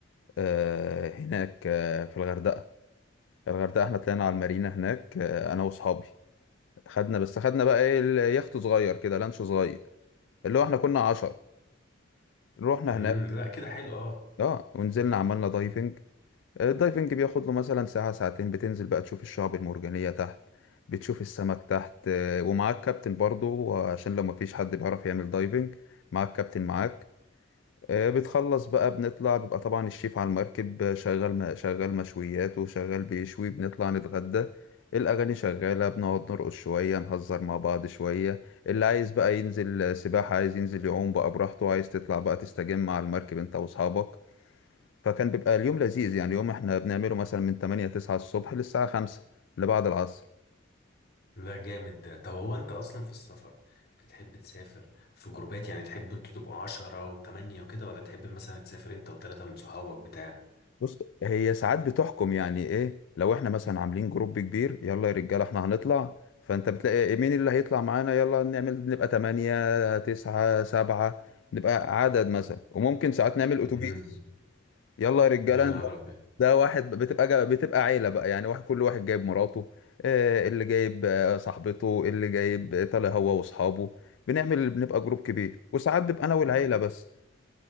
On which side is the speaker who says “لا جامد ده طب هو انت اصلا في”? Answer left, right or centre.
Left